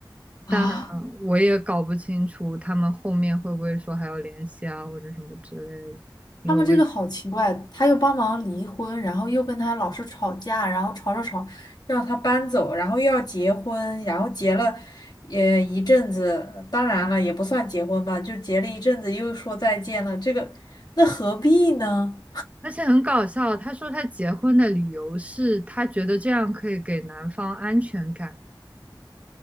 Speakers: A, on the left (about 55°); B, on the right (about 15°).
A: 啊？
B: 但我也搞不清楚他们后面会不会说还要联系啊，或者什么之类的，因为我也，
A: 他们这个好奇怪，他又帮忙离婚，然后又跟他老是吵架，然后吵吵吵，让他搬走，然后又要结婚，然后结了也一阵子，当然了，也不算结婚吧，就结了一阵子，又说再见了，这个那何必呢？
B: 而且很搞笑，他说他结婚的理由是他觉得这样可以给男方安全感，